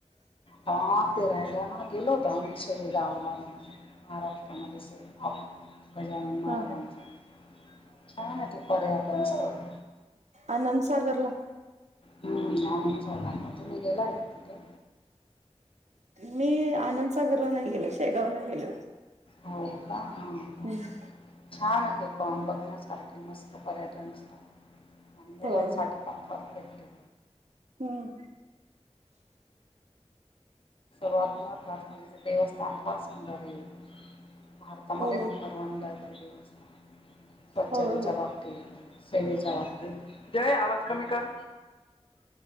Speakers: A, on the left (about 50°); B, on the right (about 80°).
A: हा फिरायला ना गेलो होतो ना आम्ही सगळे हे गावला म्हणून महाराष्ट्रामध्येच ये गजानन महाराजांचे
B: हा
A: छान आहे ते नमस्कार.
B: आनंदसागर ला
A: हम्म आनंद सागर तुम्ही गेलाय का तिथे?
B: मी आनंदसागरला नाही गेल शेगावला गेले होते.
A: हो का हा.
B: हम्म
A: छान आहे ते पाम बघण्या सारखे मस्त पर्यटन स्थळ आणि मुलांसाठी
B: हो हो
A: पण परफेक्ट य
B: हम्म
A: <unintelligible> देव स्थान फार सौंदर्य भारतामध्ये
B: हो
A: नंबर वन ला य ते देवस्थान स्वच्छतेच्या
B: हो हो
A: बाबतीत <unintelligible> बाबतीत जय आवाज कमी कर